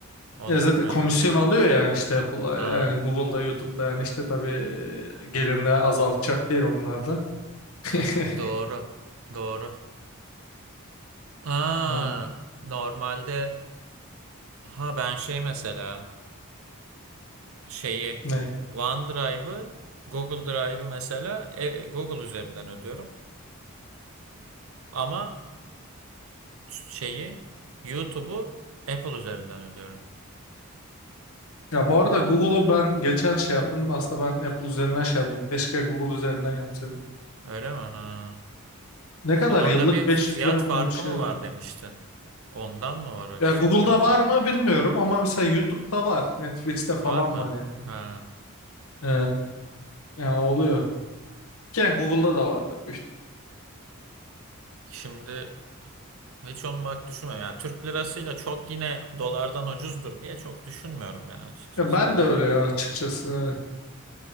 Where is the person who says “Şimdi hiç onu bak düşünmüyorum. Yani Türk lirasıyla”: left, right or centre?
Right